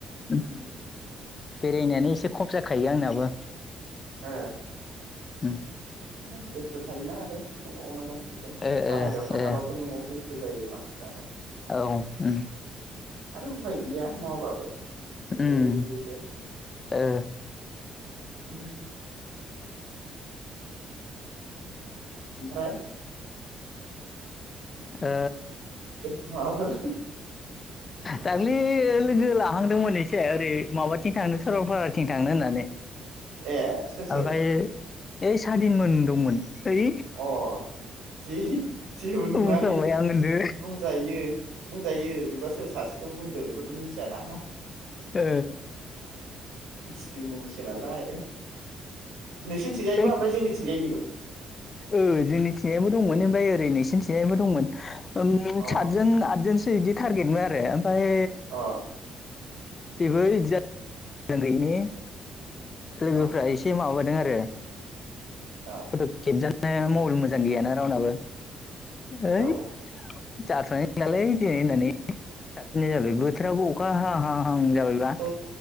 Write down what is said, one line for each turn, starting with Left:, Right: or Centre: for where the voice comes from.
Left: उम बेरायनायानो एसे खम जाखायो आंनाबो
Right: ओ
Left: उम
Right: इ बस्थु थायो ना आरो <unintelligible> बो
Left: ओ ओ
Right: बाहेरायाव
Left: ओ
Right: थाङाबाबो नआव बेसे <unintelligible> जायो बांसिनानो
Left: औ उम
Right: आरो उफाय गैया मावाबाबो बोरैहाय
Left: उम
Right: बिदिसो
Left: ओ
Right: <unintelligible> ओमफ्राय
Left: ओ
Right: माफोर
Left: दाख्लै लोगो ला थांदोंमोन एसे ओरै माबाथिं थांनो सरलपाराथिं थांनो होननानै
Right: ए सोर सोर?
Left: ओमफ्राय ओइ सादिनमोन दंमोन ओइ
Right: अ जि जेबो
Left: बुंफ्लांबाय
Right: नङालै
Left: आं होनदो
Right: बुंजायो जायो बेबा सोर सासेखौ बुंदों बेखौथ मिथि जाला
Left: ओ
Right: बुंसो नालाय नोंसिन थिंगायबो
Left: जाय
Right: ओमफ्राय जोंनिथिंजायनिबो
Left: ओ जोंनि थिनायबो दंमोन ओमफ्राय ओरै नोंसिनि थिनायबो दंमोन
Right: अ
Left: सातजन आदजोन बिदि थटारगेटमोन आरो फाय
Right: अ
Left: बेबो इदिजा ब्रेनगैयिनि लोगोफ्रा
Right: औ
Left: एसे माबाय रोंआरो
Right: औ
Left: होदोब खेब जानो मबाइल मोजां गैयाना रावनाबो ओइ
Right: औ
Left: जाथ'नाय नंलालै दिनै होननानै थाफिननाय जाबाय बोथोराबो अखा हाहां हां जाबायबा
Right: औ